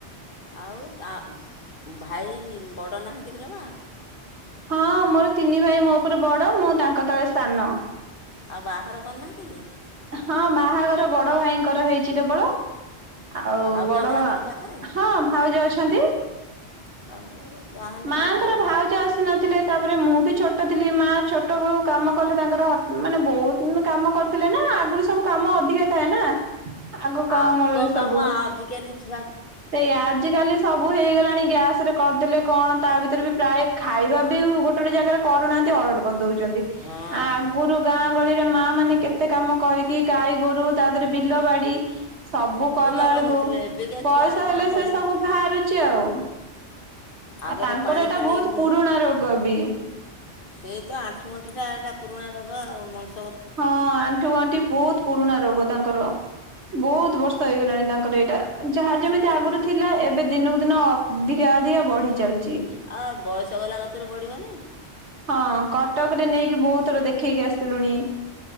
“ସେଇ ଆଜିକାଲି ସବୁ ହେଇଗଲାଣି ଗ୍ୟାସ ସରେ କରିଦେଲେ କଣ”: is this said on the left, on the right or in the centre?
Right